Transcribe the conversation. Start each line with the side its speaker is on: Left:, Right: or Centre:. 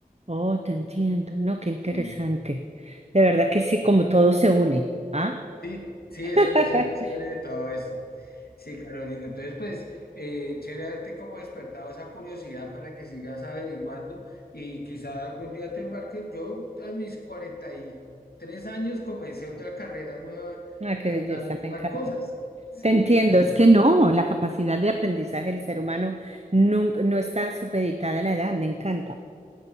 Right: Oh, te entiendo. No, qué interesante.
Left: Sí.
Right: De verdad que sí, como todo se une. ¿Ah?
Left: Sí, sí,
Right: <laughs>
Left: eso, eso es lo chévere de todo esto. Sí, Carolina. Entonces, pues, eh, chévere haberte como despertado esa curiosidad para que sigas averiguando y quizá algún día te embarques. Yo a mis cuarenta y tres años comencé otra carrera nueva,
Right: Ah, qué
Left: eh,
Right: belleza,
Left: a averiguar
Right: me encanta.
Left: cosas. Sí,
Right: Te entiendo,
Left: entonces,
Right: es que no, la capacidad de aprendizaje del ser humano nunca, no está supeditada a la edad, me encanta.